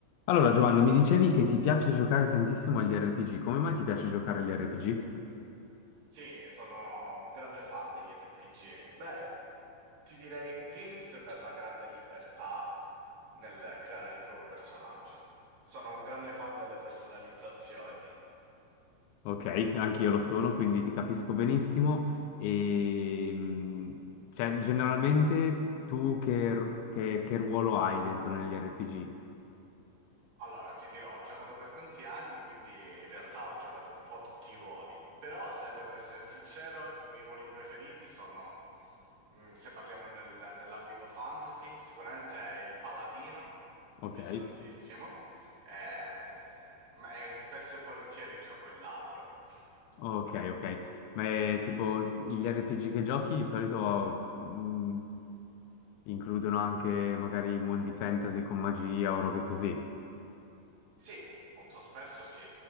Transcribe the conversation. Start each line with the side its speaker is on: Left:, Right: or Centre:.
Left: Allora, Giovanni, mi dicevi che ti piace giocare tantissimo agli RPG. Come mai ti piace giocare agli RPG?
Right: Sì, sono un grande fan degli RPG. Beh, ti direi in primis per la grande libertà nel creare il proprio personaggio. Sono un grande fan delle personalizzazioni.
Left: Ok, anche io lo sono, quindi ti capisco benissimo. E, mh, cioè, generalmente tu che, r- che- che ruolo hai dentro negli RPG?
Right: Allora, ti dirò, ho giocato per tanti anni, quindi in realtà ho giocato un po' tutti i ruoli. Però, se devo essere sincero, i miei ruoli preferiti sono, mm, se parliamo nel- nell'ambito fantasy, sicuramente è il paladino,
Left: Ok,
Right: mi piace tantissimo, eh, ma e spesso e volentieri gioco il ladro. <laughs>
Left: ok, ok. Ma è tipo gli RPG che giochi di solito mh, includono anche magari mondi fantasy con magia o robe così.
Right: Sì, molto spesso sì.